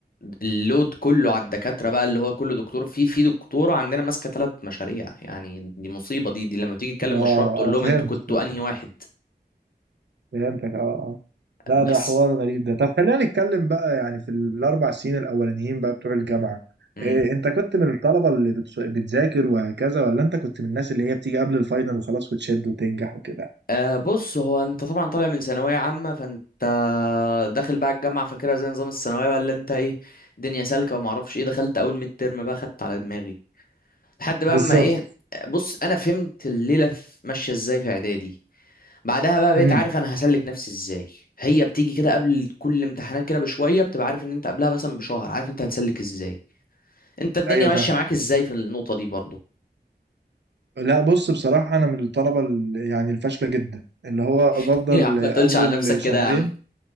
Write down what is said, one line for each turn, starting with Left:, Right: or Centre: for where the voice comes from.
Left: اللود كله على الدكاترة بقى اللي هو كل دكتور في في دكتورة عندنا ماسكة ثلاث مشاريع يعني دي مصيبة دي دي لما تيجي تكلم
Right: اه
Left: مشروع بتقول
Right: اه
Left: لهم
Right: فهمت
Left: انتوا كنتوا انهي واحد
Right: فهمتك اه اه لا
Left: بس
Right: ده حوار غريب ده طب خلينا نتكلم بقى يعني في الاربع سنين الاولانيين بقى بتوع الجامعة
Left: مم.
Right: إيه انت كنت من الطلبة اللي بتس- بتذاكر وهكذا ولا انت كنت من الناس اللي هي بتيجي قبل الفاينل وخلاص وتشد وتنجح وكده
Left: آه بص هو انت طبعا طالع من ثانوية عامة فانت داخل بقى الجامعة فاكرها زي نظام الثانوية بقى اللي انت ايه دنيا سالكة وما اعرفش ايه دخلت اول ميد ترم بقى خدت على دماغي لحد بقى
Right: بالظبط
Left: اما ايه بص انا فهمت الليلة في- ماشية ازاي في اعدادي بعدها بقى بقيت
Right: امم
Left: عارف انا هسلك نفسي ازاي هي بتيجي كده قبل كل امتحانات كده بشويه بتبقى عارف ان انت قبلها مثلا بشهر عارف انت هتسلك ازاي انت الدنيا
Right: ايوه
Left: ماشيه
Right: فاهم
Left: معاك ازاي في النقطه دي برضه
Right: لا بص بصراحه انا من الطلبه ال- يعني الفاشله جدا اللي هو بفضل
Left: <laughs> يا عم ما
Right: اول
Left: تقولش على نفسك كده
Right: شهرين
Left: يا عم